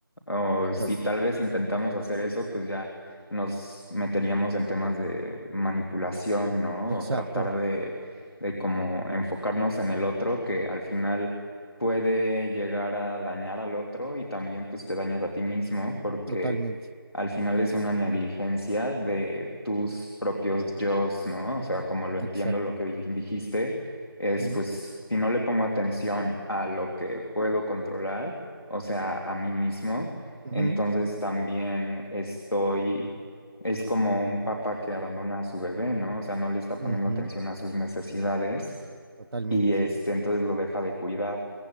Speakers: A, on the left; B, on the right.
A: O
B: Exacto,
A: si tal vez intentamos hacer eso, pues ya nos meteríamos en temas de manipulación, ¿no?
B: exacto,
A: O tratar de, de como enfocarnos en el otro, que al final puede llegar a dañar al otro y también pues te dañas a ti mismo porque
B: totalmente,
A: al final es una negligencia de tus propios yos, ¿no? O sea, como lo entiendo
B: exacto.
A: lo que dij- dijiste, es
B: Ujú,
A: pues si no le pongo atención a lo que puedo controlar, o sea, a mí mismo,
B: ujú,
A: entonces también estoy es como un papá que abandona a su bebé, ¿no? O sea, no le está poniendo
B: ujú,
A: atención a sus necesidades
B: totalmente.
A: y este, entonces lo deja de cuidar.